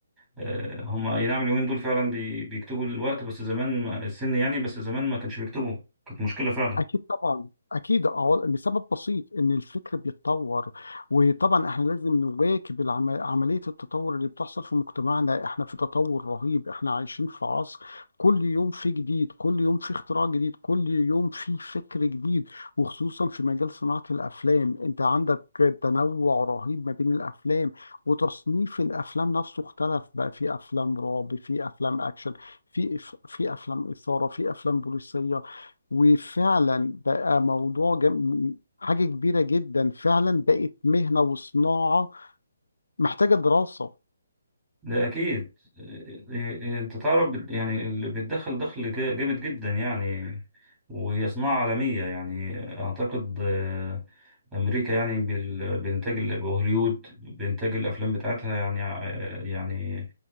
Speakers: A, on the right; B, on the left.
A: آه، هما اي نعم اليومين دول فعلا بي- بيكتبوا الوقت بس زمان ما- السن يعني بس زمان ما كانش بيكتبوا كانت مشكلة فعلا
B: أكيد طبعا أكيد أه لسبب بسيط إن الفكر بيتطور وطبعا إحنا لازم نواكب العم... عملية التطور اللي بتحصل في مجتمعنا إحنا في تطور رهيب إحنا عايشين في عصر كل يوم في جديد كل يوم في اختراع جديد كل يوم في فكر جديد وخصوصا في مجال صناعة الأفلام أنت عندك تنوع رهيب ما بين الأفلام وتصنيف الأفلام نفسه اختلف بقى في أفلام رعب في أفلام أكشن في في أفلام إثارة في أفلام بوليسية وفعلا بقى موضوع جم... حاجة كبيرة جدا فعلا بقت مهنة وصناعة محتاجة دراسة
A: ده أكيد إيه- إيه، أنت تعرف بال- يعني اللي بتدخل دخل جا- جامد جدا يعني وهي صناعة عالمية يعني أعتقد آه، أمريكا يعني بال- بإنتاج ال- وهوليود بإنتاج الأفلام بتاعتها يعني ع- يعني